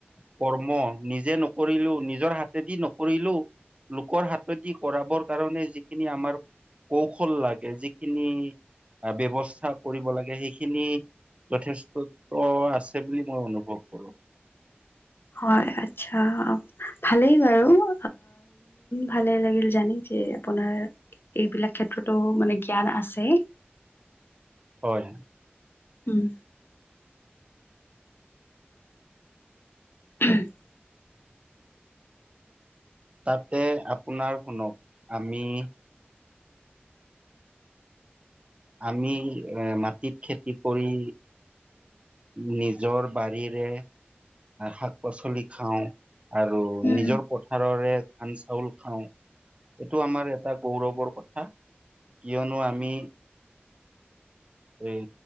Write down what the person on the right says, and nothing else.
কৰ অ নিজে নকৰিলো নিজৰ হাতেদি নকৰিলো লোকৰ হাতদি কৰাবৰ কাৰণে যিখিনি আমাৰ কৌশল লাগে যিখিনি ব্যবস্থা কৰিব লাগে সেইখিনি যথেষ্ট আছে বুলি মই অনুভৱ কৰোঁ।
হয়।
তাতে আপোনাৰ শুনক, আমি আমি এ মাটিত খেতি কৰি। নিজৰ বাৰীৰে শাক-পাচলি খাওঁ। আৰু
নিজৰ পথাৰৰে ধান চাউল খাওঁ এইটো আমাৰ এটা গৌৰৱৰ কথা কিয়নো আমি এই